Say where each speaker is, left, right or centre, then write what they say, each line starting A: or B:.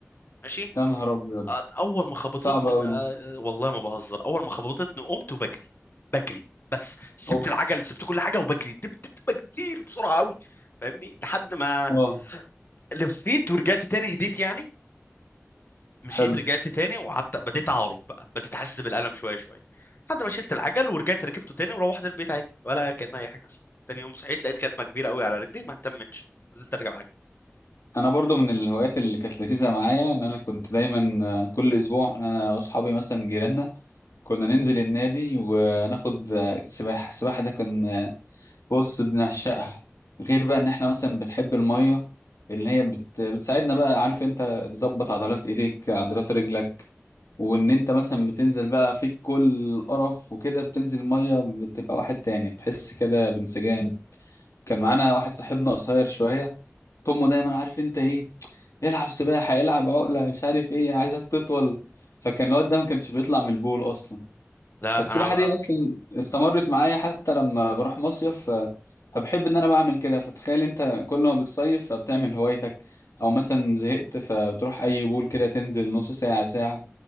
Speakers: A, on the left; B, on the left.
A: ماشي
B: يا نهار أبيض
A: أت- اول ما خبطتني
B: صعبة
A: بقى
B: أوي دي
A: والله ما بهزر اول ما خبطتني قمت وبجري بجري بس سبت
B: أوه
A: العجل سبت كل حاجه وبجري دب دب دب كتير بسرعه قوي فاهمني لحد ما
B: أه
A: لفيت ورجعت تاني هديت يعني مشيت
B: حلو
A: رجعت تاني وقعدت بديت اعرج بقى بديت احس بالالم شويه شويه لحد ما شلت العجل ورجعت ركبته تاني وروحت البيت عادي ولا كان اي حاجه حصلت تاني يوم صحيت لقيت كدمه كبيره قوي على رجلي ما اهتمتش نزلت اركب عجل
B: أنا برضو من الهوايات اللي كانت لذيذة معايا إن أنا كنت دايما آه، كل أسبوع أنا وأصحابي مثلا جيراننا كنا ننزل النادي وناخد آه، سباحة السباحة ده كان آه، بص بنعشقها غير بقى إن إحنا مثلا بنحب المية إن هي بت... بتساعدنا بقى عارف أنت تظبط عضلات إيديك عضلات رجلك وإن أنت مثلا بتنزل بقى فيك كل القرف وكده بتنزل المية بتبقى واحد تاني تحس كده بانسجام كان معانا واحد صاحبنا قصير شوية طمه دايما عارف انت ايه العب سباحة العب عقلة مش عارف ايه عايزك تطول فكان الواد ده ما كانش بيطلع من البول اصلا
A: لا
B: فالسباحة
A: انا
B: دي اصلا استمرت معايا حتى لما بروح مصيف ف- فبحب ان انا بعمل كده فتخيل انت كل ما بتصيف فبتعمل هوايتك او مثلا زهقت فبتروح اي بول كده تنزل نص ساعة ساعة